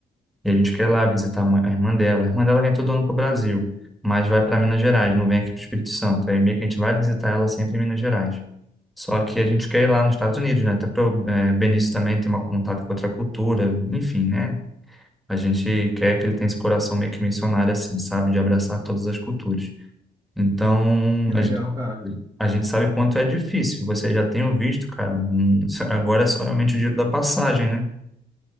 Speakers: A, in the centre; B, on the right.
A: E a gente quer ir lá visitar a mãe- a irmã dela. A irmã dela vem todo ano para o Brasil, mas vai para Minas Gerais, não vem aqui para o Espírito Santo. Aí meio que a gente vai visitar ela sempre em Minas Gerais. Só que a gente quer ir lá nos Estados Unidos, né? Até para o eh, Benício também ter um contato com outra cultura, enfim, né? A gente quer que ele tenha esse coração meio que missionário, assim, sabe? De abraçar todas as culturas. Então,
B: Que
A: a
B: legal,
A: gente,
B: cara.
A: a gente sabe o quanto é difícil. Você já tem o visto, cara. Hum, Agora é só realmente o dinheiro da passagem, né?